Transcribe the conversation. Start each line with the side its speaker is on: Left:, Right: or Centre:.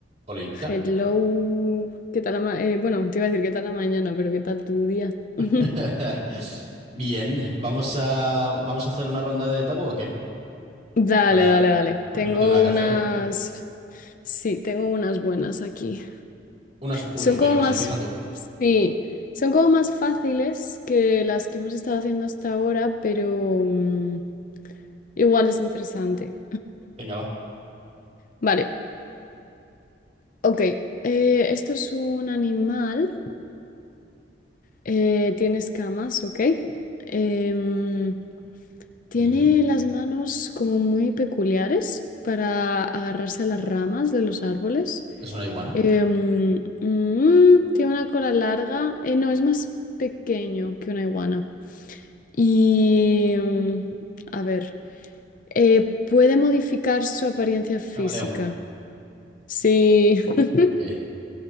Right: Olita.
Left: Hello, ¿qué tal la ma- eh, bueno, te iba a decir qué tal la mañana, pero qué tal tu día. <laughs>
Right: <laughs> Bien, vamos a, vamos a hacer una ronda de tabú o qué?
Left: Dale,
Right: Para,
Left: dale, dale.
Right: porque
Left: Tengo
Right: no tengo nada que
Left: unas,
Right: hacer. eh.
Left: sí, tengo unas buenas aquí.
Right: Unas, uy,
Left: Son
Right: venga,
Left: como
Right: pues
Left: más,
Right: empieza tú.
Left: sí, son como más fáciles que las que hemos estado haciendo hasta ahora, pero mm, igual es interesante.
Right: Venga, va.
Left: Vale, ok. eh, esto es un animal, eh, tiene escamas, ok. Em, Tiene
Right: Ujú.
Left: las manos como muy peculiares para agarrarse a las ramas de los árboles.
Right: Es una iguana.
Left: Em, mm, tiene una cola larga. Eh, no, es más pequeño que una iguana. Y, em, a ver, eh, puede modificar su apariencia física.
Right: Camaleón.
Left: Sí. <laughs>
Right: Ok.